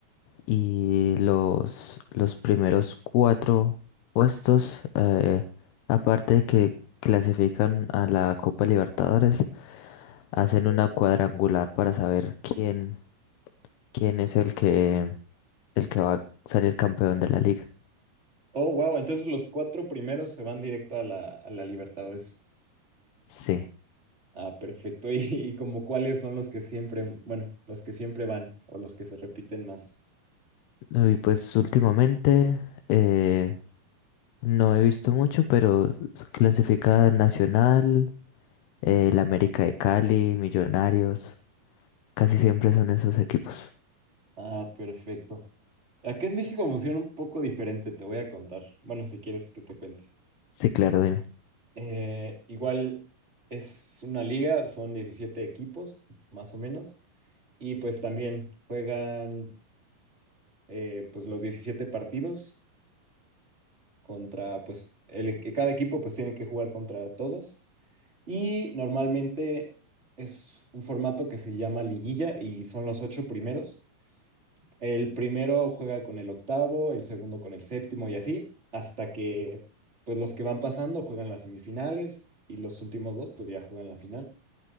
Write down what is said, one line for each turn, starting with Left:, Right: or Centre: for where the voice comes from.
Left: y los, los primeros cuatro puestos, eh, aparte de que clasifican a la Copa Libertadores, hacen una cuadrangular para saber quién, quién es el que, el que va a salir campeón de la liga.
Right: Oh, wow, entonces los cuatro primeros se van directo a la, a la Libertadores.
Left: Sí.
Right: Ah, perfecto. <laughs> ¿Y, y como cuáles son los que siempre, bueno, los que siempre van o los que se repiten más?
Left: Y pues últimamente eh, No he visto mucho, pero s- clasifica Nacional, eh, el América de Cali, Millonarios, casi siempre son esos equipos.
Right: Ah, perfecto. Acá en México funciona un poco diferente, te voy a contar. Bueno, si quieres que te cuente.
Left: Sí, claro, dime.
Right: Eh, igual es una liga, son 17 equipos, más o menos, y pues también juegan eh, pues los 17 partidos contra, pues el, e, que cada equipo pues tiene que jugar contra todos, y normalmente es un formato que se llama liguilla y son los ocho primeros. El primero juega con el octavo, el segundo con el séptimo y así, hasta que pues los que van pasando juegan las semifinales y los últimos dos pues ya juegan la final.